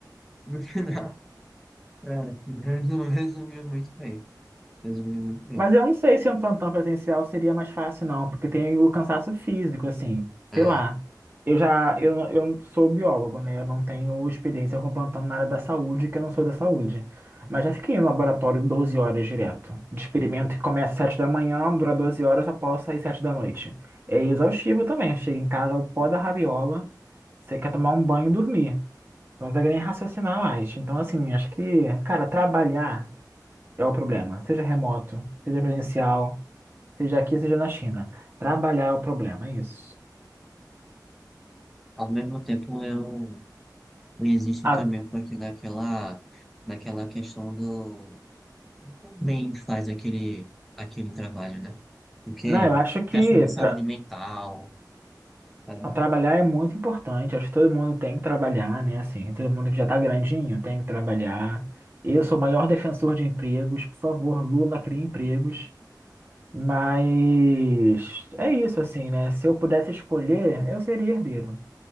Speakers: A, in the centre; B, on the right.
A: no final, é, resu- resumiu muito bem. Resumiu muito bem.
B: Mas eu não sei se um plantão presencial seria mais fácil, não, porque tem o cansaço físico, assim,
A: É,
B: sei lá. Eu já, eu, eu sou biólogo, né? Eu não tenho experiência com plantão na área da saúde, que eu não sou da saúde. Mas já fiquei no laboratório 12 horas direto, de experimento que começa às 7 da manhã, dura 12 horas, eu posso sair 7 da noite. É exaustivo também, eu chego em casa, o pó da rabiola, você quer tomar um banho e dormir. Não consegue nem raciocinar mais. Então, assim, acho que, cara, trabalhar é o problema. Seja remoto, seja presencial, seja aqui, seja na China. Trabalhar é o problema, é isso.
A: ao mesmo tempo eu existe
B: Ah,
A: também um pouquinho daquela, daquela questão do O quão bem faz aquele, aquele trabalho, né? Porque
B: não, eu acho que
A: questão de saúde
B: tra-
A: mental, tá?
B: trabalhar é muito importante. Acho que todo mundo tem que trabalhar, né? Assim, todo mundo que já tá grandinho tem que trabalhar. Eu sou o maior defensor de empregos. Por favor, Lula, crie empregos. Mas é isso, assim, né? Se eu pudesse escolher, eu seria herdeiro,